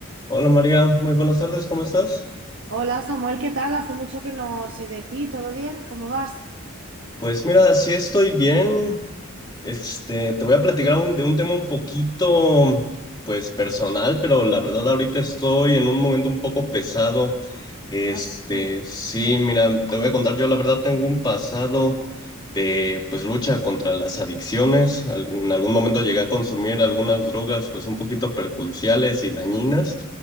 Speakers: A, on the left; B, on the right.
A: Hola María, muy buenas tardes, ¿cómo estás?
B: Hola Samuel, ¿qué tal? Hace mucho que no sé de ti, ¿todo bien? ¿Cómo vas?
A: Pues mira, sí estoy bien. Este, te voy a platicar un- de un tema un poquito, pues personal, pero la verdad ahorita estoy en un momento un poco pesado. Este,
B: Así.
A: sí, mira, te voy a contar, yo la verdad tengo un pasado de, pues, lucha contra las adicciones. Algún- en algún momento llegué a consumir algunas drogas, pues, un poquito perjudiciales y dañinas.